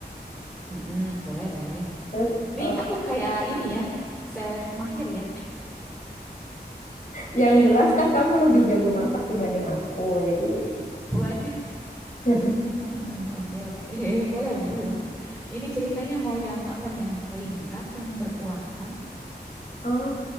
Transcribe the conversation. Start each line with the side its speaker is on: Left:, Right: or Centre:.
Centre: mm-mm, boleh, boleh.
Left: Terus,
Centre: Nih,
Left: eh,
Centre: aku kayak ini ya, chef mahir ya.
Left: yang
Centre: <laughs>
Left: jelas kan kamu lebih jago masak dibanding aku, jadi
Centre: Waduh.
Left: <laughs>
Centre: Heeh, Oke, oke. Boleh lah, boleh lah. Ini ceritanya mau yang apa nih? Yang kering kah? Yang berkuah kah?
Left: ah